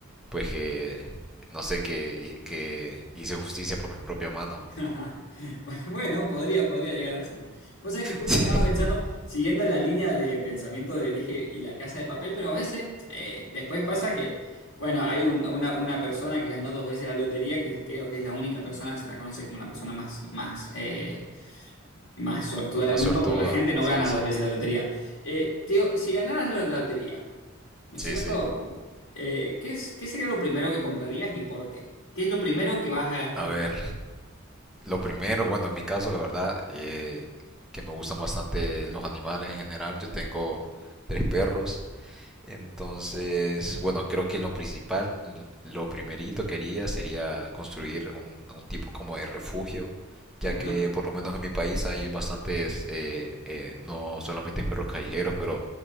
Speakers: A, in the centre; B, on the left (about 80°).
A: pues que, no sé, que, que hice justicia por mi propia mano.
B: <laughs>
A: <laughs>
B: Bueno, podría, podría llegar a ser. Vos sabés que justo
A: Sí,
B: estaba pensando, siguiendo la línea de pensamiento de dije, y la casa de papel, pero a veces eh, después pasa que, bueno, hay un- una, una persona que ganó dos veces la lotería, que creo que es la única persona que se la conoce como la persona más, más eh, más suertuda del
A: más
B: mundo,
A: sortuda,
B: pero la gente no
A: sí,
B: gana
A: sí,
B: dos veces la lotería. Eh, Teo, si ganaras la lotería, ¿no
A: sí,
B: es cierto?
A: sí.
B: Eh, ¿qué es- qué sería lo primero que comprarías y por qué? ¿Qué es lo primero que vas a gastar?
A: A ver,
B: plata?
A: lo primero, bueno, en mi caso, la verdad, eh, que me gustan bastante los animales en general. Yo tengo tres perros Entonces, bueno, creo que lo principal, lo primerito que haría sería construir un, un tipo como de refugio, ya
B: Ajá.
A: que por lo menos en mi país hay bastantes, eh, eh, no solamente perros callejeros, pero